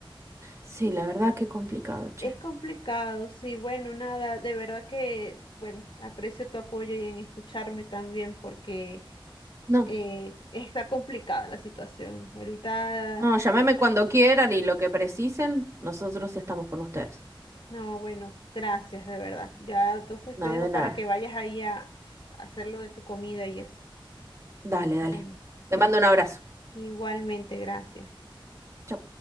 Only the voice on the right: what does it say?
sí, la verdad que complicado, che.
No.
No, llámeme cuando quieran y lo que precisen, nosotros estamos con ustedes.
No,
de nada.
Dale, dale.
Te mando un abrazo.
Chau.